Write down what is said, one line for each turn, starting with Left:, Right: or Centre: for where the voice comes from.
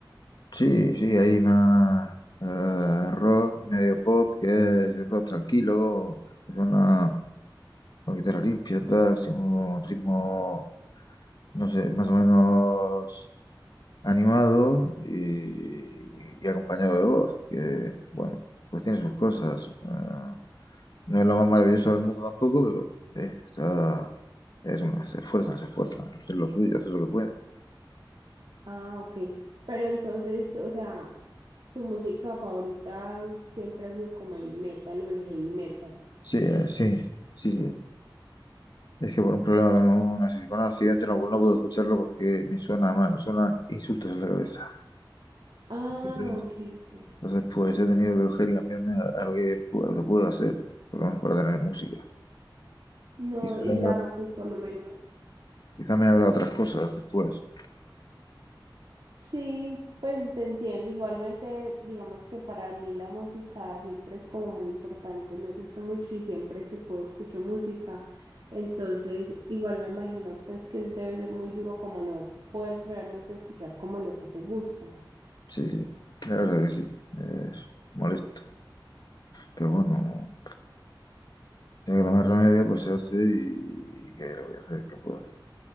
Left: Sí, sí, hay más eh, rock, medio pop, que es rock tranquilo, que suena con guitarra limpia, tal, sin un ritmo, no sé, más o menos animado y, y acompañado de voz, que bueno, pues tiene sus cosas. Ah, no es lo más maravilloso del mundo tampoco, pero eh, está, es una, se esfuerzan, se esfuerzan, hacer lo suyo, hacer lo que pueden.
Right: Ah, ok. Pero entonces, o sea, tu música favorita siempre ha sido como el metal o el heavy metal.
Left: Sí, eh, sí, sí, sí. Es que por un problema con un, acc- con un accidente no, no puedo escucharlo porque me suena mal, me suena insultos en la cabeza.
Right: Ah,
Left: Entonces,
Right: ok, ok.
Left: entonces pues he tenido que coger y cambiarme a, a lo que puedo, lo puedo hacer, por lo menos para tener música.
Right: No,
Left: Quizá,
Right: y la, pues por lo menos.
Left: quizá me habrá otras cosas después.
Right: Sí, pues te entiendo. Igualmente, digamos que para mí la música siempre es como muy importante. Me gusta mucho y siempre que puedo escucho música. Entonces, igual me imagino pues que es- debe ser muy duro como no poder realmente escuchar como lo que te gusta.
Left: Sí, sí, la verdad que sí, es molesto. Pero bueno, si hay que tomar remedio, pues se hace y ¿qué le voy a hacer? ¿Qué puedo hacer?